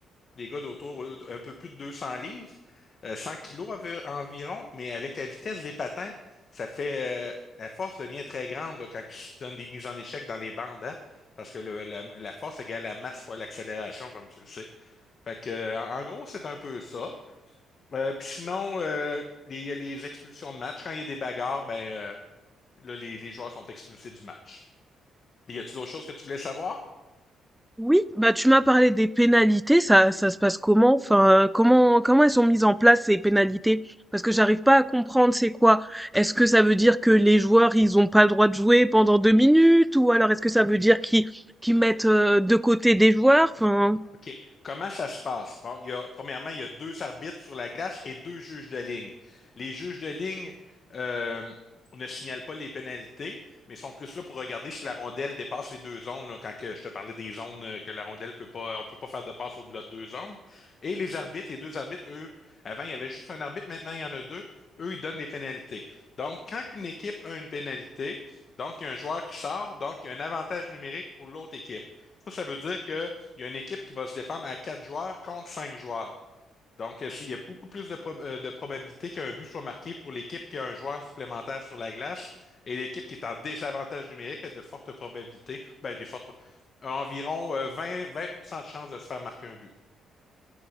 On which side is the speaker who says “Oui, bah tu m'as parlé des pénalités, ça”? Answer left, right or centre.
Centre